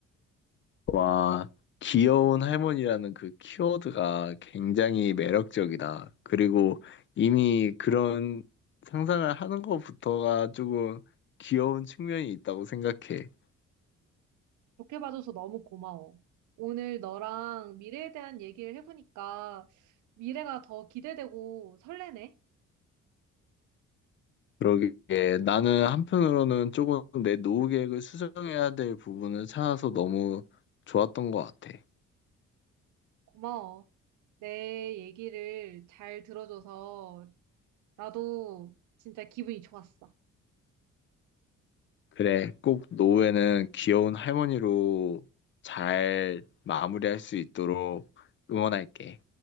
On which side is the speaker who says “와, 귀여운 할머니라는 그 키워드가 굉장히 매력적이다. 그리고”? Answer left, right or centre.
Left